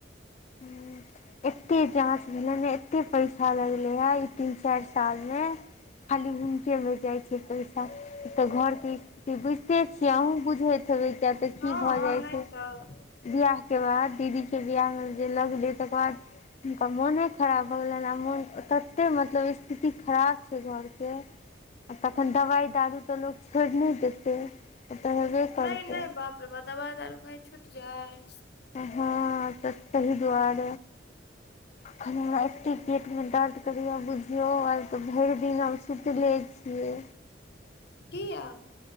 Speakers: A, on the left (about 40°); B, on the left (about 60°).
A: हूँ। एते जाँच भेले ने एत्ते पैसा लगले हे तीन चारि साल मे खाली भूम के लऽ जाइ छै पैसा तऽ घर के बुझते छियै अँ बुझैत हे तऽ की
B: हँ
A: भऽ जाइ
B: नहि
A: छै
B: तऽ
A: बिआह के बाद दीदी के बियाह मे जे लगलै तकर बाद हुनका मोने खराब भऽ गेलनि आ मोन तते मतलब स्थिति खराब छै। घरके आ तखन दवाई दारू तऽ लोक छोड़ि नहि देतै। ओ तऽ हेबे करतै
B: नहि नहि बाप रे दबा तारू कही छूट जाइ
A: हँ त सही दुआर कनि हमरा एी पेटमे दर्द करि बुझियौ आ तऽ भरि दिन हम सुतिले छियै।
B: किया